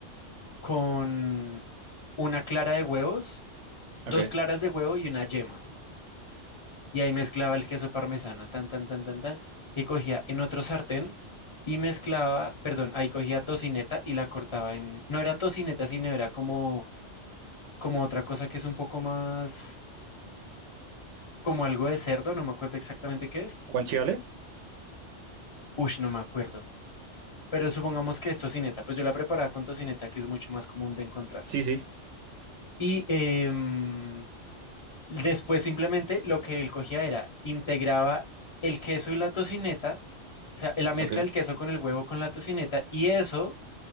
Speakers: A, on the left; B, on the right.
A: con una clara de huevos, dos
B: Ok.
A: claras de huevo y una yema. Y ahí mezclaba el queso parmesano, tan, tan, tan, tan, tan. Y cogía en otro sartén y mezclaba, perdón, ahí cogía tocineta y la cortaba en, no era tocineta, sino era como, como otra cosa que es un poco más, como algo de cerdo, no me acuerdo exactamente qué es.
B: ¿Guanciale?
A: Uy, no me acuerdo. Pero supongamos que es tocineta, pues yo la preparaba con tocineta, que es mucho más común de encontrar.
B: Sí, sí.
A: Y em, después simplemente lo que él cogía era, integraba el queso y la tocineta, o sea, la mezcla
B: Ok,
A: del queso con el huevo con la tocineta, y eso